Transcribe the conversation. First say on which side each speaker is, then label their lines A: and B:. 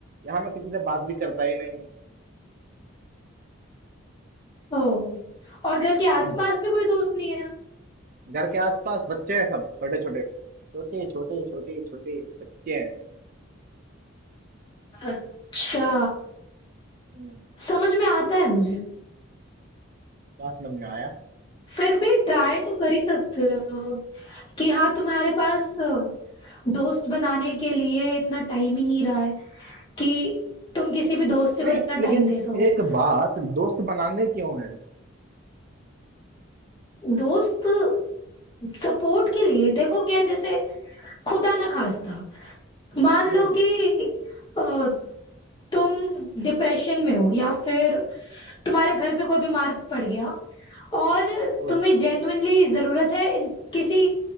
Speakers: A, on the right; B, on the left.
A: यहाँ मैं किसी से बात भी करता ही नहीं हूँ
B: ओ और घर के आसपास
A: सब
B: भी कोई दोस्त नहीं है
A: घर के आसपास बच्चे हैं सब छोटे छोटे छोटे छोटे छोटे छोटे बच्चे हैं
B: अच्छा
A: हम्म,
B: समझ में आता है मुझे
A: क्या समझ में आया
B: फिर भी ट्राई तो कर ही सकते हो कि हाँ तुम्हारे पास अ, दोस्त बनाने के लिए इतना टाइम ही नहीं रहा है कि तुम किसी भी दोस्त को
A: नहीं
B: इतना
A: लेकिन
B: टाइम दे सको
A: एक बात दोस्त बनाने क्यों है
B: दोस्त सपोर्ट के लिए देखो क्या है, जैसे खुदा ना खास्ता मान
A: हम्म
B: लो कि अ, तुम डिप्रेशन में हो या फिर तुम्हारे घर पे कोई बीमार पड़ गया और
A: तो
B: तुम्हें जेन्युइनली जरूरत है इन, किसी